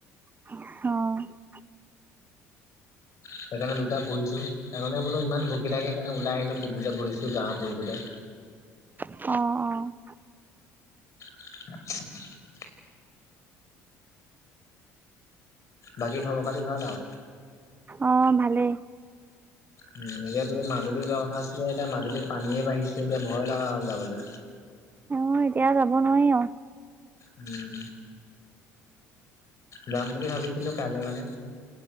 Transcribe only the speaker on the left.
সেইকাৰণে দুটা পুহিছো সেইকাৰণে বোলো ইমান ভূকি থাকে সেইকাৰণে ওলাই আহিলো পুলটোতে বহিছো গাঁৱৰ পুলটোতে।
<inaudible> বাকী খবৰ খাতি ভাল আও।
উমঁ নিজেতো মাজুলী যোৱা কথা আছিলে এতিয়া মাজুলীত পানীয়ে বাঢ়িছে এতিয়া ভয় লগা হ'ল যাবলে।
উমঁ যাম বুলি ভাবিছিলো কাইলৈ মানে।